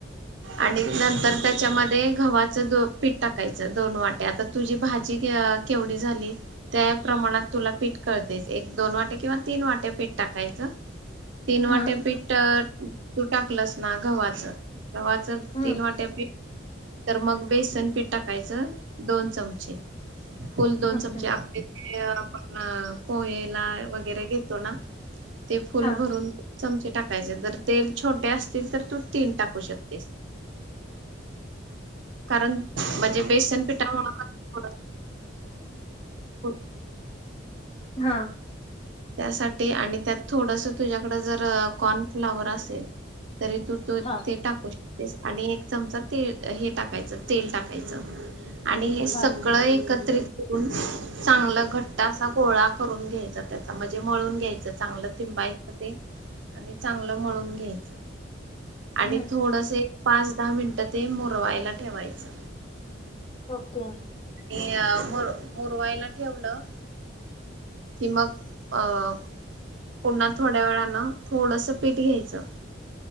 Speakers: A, on the right; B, on the left.
A: आणि नंतर त्याच्यामध्ये गव्हाचं पीठ टाकायचं, दोन वाट्या, आता तुझी भाजी अ, केवढी झाली. त्या प्रमाणात तुला पीठ कळतेय एक दोन वाट्या किंवा तीन वाट्या पीठ टाकायचं. तीन वाट्या
B: हा
A: पीठ तू टाकलस ना गव्हाच, गवा्हाच
B: हम्म
A: तीन वाट्यापी तर मग बेसन पीठ टाकायचं, दोन चमचे. फुल दोन
B: ओके
A: चमचे, आपले पण पोहेला वगैरे घेतो ना, ते. फुल
B: हा
A: भरून चमचे टाकायचे, जर ते छोटे असतील, तर तू तीन टाकू शकतेस. <inaudible> कारण म्हणजे बेसनपिठामुळे <unintelligible>
B: ह.
A: त्यासाठी, आणि त्यात थोडस तुझ्याकड जर, कॉर्नफ्लावर असेल, तरी तू तू
B: हा
A: ते टाकू शकतेस, आणि एक चमचा ते हे टाकायचं तेल टाकायचं. आणि हे सगळं
B: हा
A: एकत्रित करून, चांगलं घट्ट असा गोळा करून घ्यायचां, त्याचा म्हणजे मळुन घ्यायचं चांगलं तिं बाईक ते, आणि चांगलं मळून घ्यायच,
B: हम्म
A: आणि थोडसे, पाच दहा मिनिटं ते, मुरवायला ठेवायचं.
B: ओके.
A: आणि मुर मुरवायला ठेवलं, कि मग, अ पुन्हा थोड्या वेळानं, थोडस पीठ घ्यायचं,